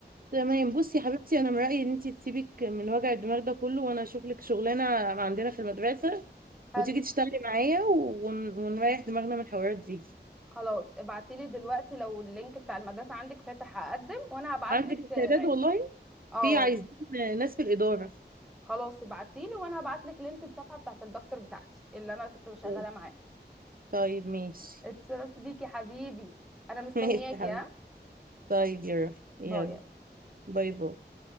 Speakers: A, on the right; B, in the centre.
A: تمام بصي يا حبيبتي انا من رأيي ان انت تسيبك من وجع الدماغ ده كله وانا اشوف لك شغلانة عندنا في المدرسة
B: حلو
A: وتيجي تشتغلي معايا ون... ونريح دماغنا من الحوارات دي
B: خلاص ابعتي لي دلوقتي لو اللينك بتاع المدرسه عندك فاتح هقدم وانا هبعت
A: عندك
B: لك
A: استعداد
B: العقد
A: والله
B: اه
A: في عايزين ناس في الإدارة
B: خلاص ابعتي لي وانا هبعت لك لينك الصفحه بتاعت الدكتور بتاعتي اللي انا كنت شغاله
A: طيب
B: معاها
A: طيب ماشي
B: اتشرفت بيكي حبيبي انا
A: <laughs>
B: مستنياكي
A: ماشي يا حبيبي
B: ها
A: طيب يا روحي. يلا
B: باي
A: باي باي